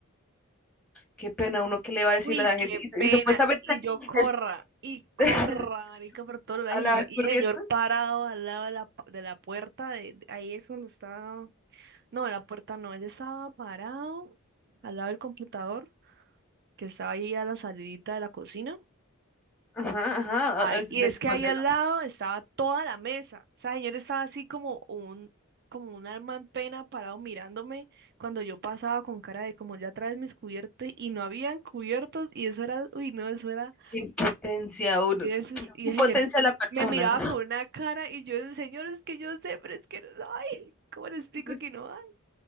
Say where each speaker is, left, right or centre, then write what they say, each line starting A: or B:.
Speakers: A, in the centre; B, on the right.
A: Qué pena, uno qué le va a decir
B: Uy,
A: a la
B: qué
A: gente. Y,
B: pena.
A: y supuestamente,
B: Y yo corra,
A: este,
B: y corra,
A: <laughs>
B: marica, por todos lados.
A: a
B: Y
A: la
B: yo-
A: Barcurrietas,
B: y el señor parado al lado de la, pu- de la puerta, de, de- ahí es donde estaba. No, de la puerta no, él estaba parado al lado del computador, que estaba ahí a la salidita de la cocina.
A: ajá,
B: Ay,
A: ajá, es
B: y
A: del
B: es
A: comandante.
B: que ahí al lado estaba toda la mesa. O sea, señor estaba así como un, como un alma en pena parado mirándome cuando yo pasaba con cara de como ya traes mis cubiertos y no habían cubiertos y eso era, uy, no, eso era.
A: Qué impotencia uno,
B: Y ese
A: qué
B: es- y
A: impotencia
B: ese señor
A: de la persona.
B: me miraba con una cara y yo, señor, es que yo sé, pero es que no hay. <laughs> ¿Cómo le explico
A: <laughs>
B: que no hay?